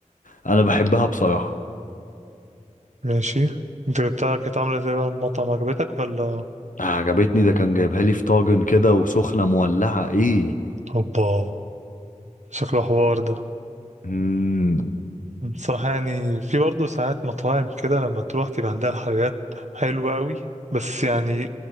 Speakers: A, on the left; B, on the right.
A: انا بحبها بصراحة
B: ماشي انت بتاعك كانت عاملة ازاي بقى المطعم عجبتك ولا
A: عجبتني ده كان جايبها لي في طاجن كده وسخنة مولعة ايه
B: هوبا شكله حوار ده
A: مم.
B: بصراحة يعني في برضه ساعات مطاعم كده لما تروح تبقى عندها الحلويات حلوة قوي بس يعني